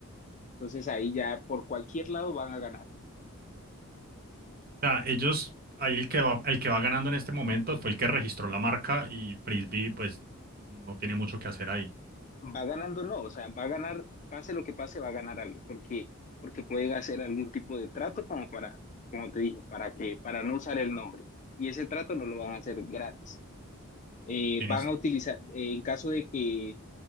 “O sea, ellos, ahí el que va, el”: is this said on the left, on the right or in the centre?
Right